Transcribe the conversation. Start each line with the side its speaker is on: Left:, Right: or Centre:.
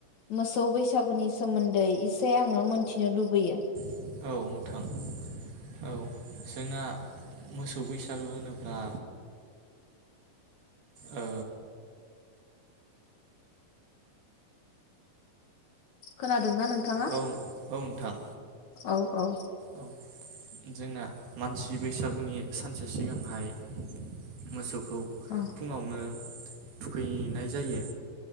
Left: मोसौ बैसा बैसागुनि सोमोन्दै इसे आङो मोनथिनो लुबैयो।
Right: औ नोंथां औ जोंना मोसौ बैसागो होनोब्ला ओ
Left: खोनादोंना नोंथाङा?
Right: औ औ नोंथां।
Left: औ औ
Right: औ जोंना मानसि बैसागुनि सानसे सिगांहाय मोसौ खौ
Left: अ
Right: फुङावनो थुखैनाय जायो।